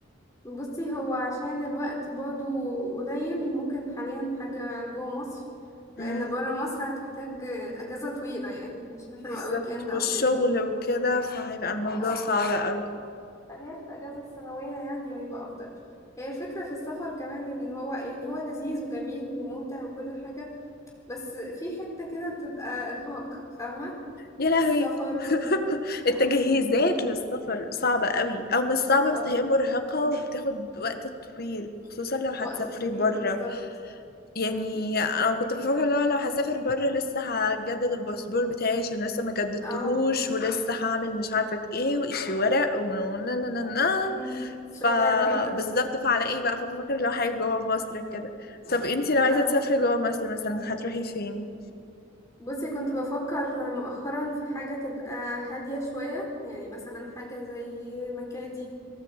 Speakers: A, on the left; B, on the left.
A: بصي هو عشان الوقت برضو قليل ممكن حاليا حاجه جوه مصر لان
B: امم
A: بره مصر هتحتاج اجازه طويله يعني مش هتبقى
B: بالظبط
A: ويك اند
B: والشغل
A: او كده
B: وكده فهيبقى الموضوع
A: اه
B: صعب قوي
A: خليها في الأجازة السنوية يعني هيبقى أفضل هي الفكرة في السفر كمان إن هو يعني هو لذيذ وجميل وممتع وكل حاجة بس في حتة كده بتبقى إرهاق فاهمة
B: يا لهوي
A: السفر وال
B: <laughs>
A: اه
B: التجهيزات للسفر صعبة قوي أو مش صعبة
A: اه
B: بس هي مرهقة وبتاخد وقت طويل خصوصا لو هتسافري
A: وقت طويل
B: برا
A: بالظبط
B: يعني
A: مم.
B: أنا كنت بفكر لو لو هسافر برا لسه هجدد الباسبور بتاعي عشان لسه ما جددتهوش
A: اه
B: ولسه هعمل مش عارفة ايه وإشي ورق ونا نا نا نا
A: مم. شغلانة
B: ف
A: <laughs>
B: بالظبط فعلى ايه بقى فبفكر لو حاجة جوا مصر كده طب انتي لو عايزة
A: اه
B: تسافري جوا مصر مثلا هتروحي فين؟
A: بصي كنت بفكر مؤخرا في حاجة تبقى هادية شوية يعني مثلا حاجة زي مكادي